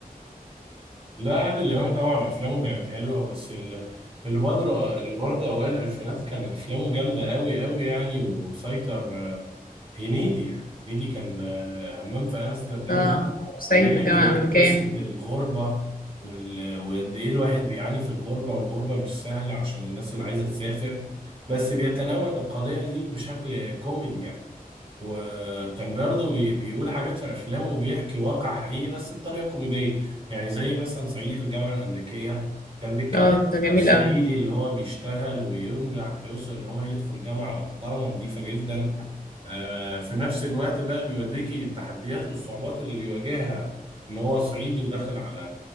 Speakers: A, on the right (about 40°); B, on the left (about 70°).
A: لا عادل إمام طبعا أفلامه كانت حلوة بس ال- اللي برضه اللي برضه أوائل الألفينات كان أفلامه جامدة أوي أوي يعني ومسيطر آه، هنيدي يعني هنيدي كان آه، همام في أمستردام
B: اه صعيدي
A: بيحكي
B: في الجامعة الأمريكية
A: قصة الغربة وال... وقد إيه الواحد بيعاني في الغربة والغربة مش سهلة عشان الناس اللي عايزة تسافر بس بيتناول القضية دي بشكل كوميدي يعني وكان برضه بي... بيقول حاجات في أفلامه وبيحكي واقع حقيقي بس بطريقة كوميدية يعني زي مثلا صعيدي في الجامعة الأمريكية كان بيتكلم
B: اه ده جميل
A: على الصعيدي
B: أوي
A: اللي هو بيشتغل وينجح ويوصل إن هو يدخل جامعة محترمة نظيفة جدا آه، في نفس الوقت بقى بيوريكي التحديات والصعوبات اللي بيواجهها ان هو صعيدي وداخل على